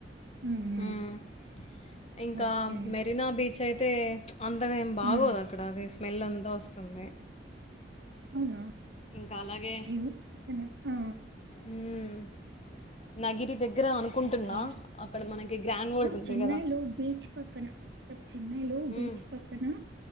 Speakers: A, on the right; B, on the left.
A: హ్మ్. హ్మ్.
B: ఉమ్ ఇంకా
A: ఓకే.
B: మెరీనా బీచైతే అంతగ ఏం బాగోదు
A: హ్మ్.
B: అక్కడ అది స్మెల్ అంతా వస్తుంది
A: అవునా
B: ఇంక అలాగే
A: ఏం చెన్నై ఆ!
B: ఉమ్ నగిిరి దగ్గరా అను కుంటున్నా
A: ఓకే.
B: అక్కడ మనకి గ్రాండ్ వోల్డ్
A: అవును
B: ఉంది
A: చెన్నైలో
B: కదా
A: బీచ్ పక్కన అక చెన్నై లో బీచ్
B: మ్మ్,
A: పక్కనా